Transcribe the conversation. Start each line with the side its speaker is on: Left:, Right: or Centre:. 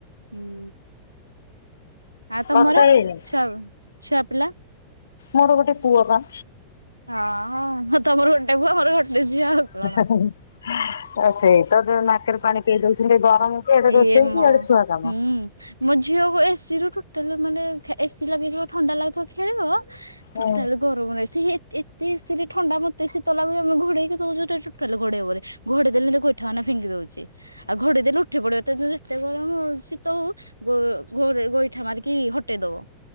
Right: ହୁଁ, ଆଉ ତମର
Left: ବର୍ଷ ହେଇନି।
Right: ଛୁଆ-ଛୁଆ ପିଲା?
Left: ମୋର ଗୋଟେ ପୁଅ ବା,
Right: ହଁ ଅଁ ତମର ଗୋଟେ ପୁଅ ମୋର ଗୋଟେ ଝିଅ ଆଉ, କଣ।
Left: <unintelligible> ସେ, ତା ଧିରେ ନାକରେ ପାଣି ପିଏଇ ଦଉଚନ୍ତି ଗରମକୁ ଇଆଡେ
Right: ଇଏ
Left: ରୋଷେଇକି
Right: ମ
Left: ଏଆଡେ ଛୁଆ କାମ।
Right: ହୁଁ। ମୋ ଝିଅକୁ ଏ ସି ରୁ ଟୋଟାଲ୍ ମାନେ ଏ ସି ଲାଗିଥିବ ଥଣ୍ଡା ଲାଗିଥିବ ଖେଳିବ
Left: ହୁଁ
Right: ଟୁଟାଲେ ଗର୍ ଲୁଭଲାଇ ସିଏ ଏ ଏତେ ଏ ସିରେ ଥଣ୍ଡା ମତେ ଶୀତ ଲାଗୁଚି ଆମେ ଘୋଡେଇ କି ଶୋଉଚୁ ସେ ଟୋଟାଲ ଘୋଡେଇବ ନାଇଁ। ଘୋଡେଇ ଦେଲେ ଗୋଇଠା ମାରିକୀନା ଫିଙ୍ଗି ଦଉଚି ଆଉ ଘଡେଇ ଦେଲେ ଉଠ ଉଠି ପଡିବ ତାକୁ ଯେତେ ଗରମ ହଉ ଶୀତ ହଉ ଗୋ ଘୋରେ ଗୋଇଠା ମାରିକି ହଟେଇ ଦବ।